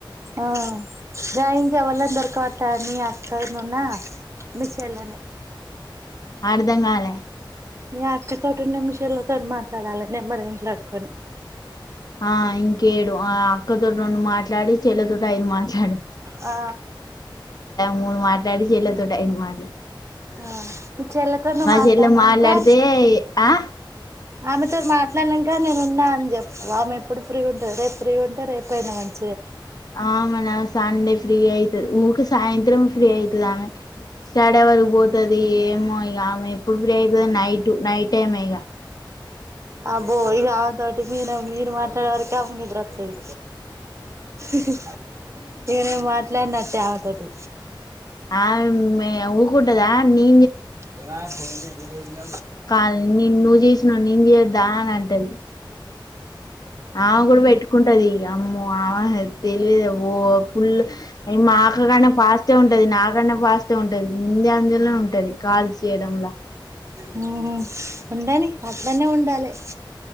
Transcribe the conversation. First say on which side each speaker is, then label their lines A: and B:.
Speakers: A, on the right; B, on the left.
A: ఆ డ్రయింగ్ ఎవల్ దొర్కతాని అక్కన మిస్లనే
B: అర్ధంగాలే
A: నీ అక్క తోటి నిమిషల్లో తోటి మాట్లాడాలి నే మరి మాట్లాడుకొని
B: ఆ ఇంకేడు ఆ అక్క దొ రం మ మాట్లాడి చెల్లదు అయిదు మాట్లాడి
A: ఆ
B: మూడు మాట్లాడి చెల్లెలితో ఐదు మా
A: ఆ చెల్లితోనూ మాట్లాడినాకా
B: చెల్లె మాట్లాడితే ఆ
A: ఆమెతో మాట్లాడినాక నేను ఉన్నా అని చెప్పు ఆమె ఎప్పుడు ఫ్రీ ఉంటది రేపు ఫ్రీ ఉంటే రేపైనా మంచిదే
B: ఆమేనా సండే ఫ్రీ అయితాది ఊక సాయంత్రం ఫ్రీ అయితాది ఆమె స్టడీ అవర్ కి పోతాది ఏమో ఇక ఆమె ఎప్పుడు ఫ్రీ అయితాదో నైట్ నైట్ టైం ఇక
A: అబ్బో ఇక ఆమె తోటి మీన మీరు మాట్లాడ సరికి ఆమెకు నిద్రావస్తాది ఇక నేను మాట్లాడినట్టే ఆమె తోటి
B: ఆ మీ అవక కూంటదా అని
A: ఇలా చ గురుల
B: కాల్ ని నువ్వు చేసినవు నేను చేయొద్దా అని అంటది ఆమె కూడా పెట్టుకుంటాది అమ్మో ఆమే తెలియదు ఓ ఫుల్లు అయి మాక్క కన్నా ఫాస్ట్ గానే ఉంటాది నాకన్నా ఫాస్ గా ఉంటాది ముందు అంజులో అందులో ఉంటాది కాల్స్ చేయడంలో
A: హమ్ ఉండని అట్లాన్నే ఉండాలే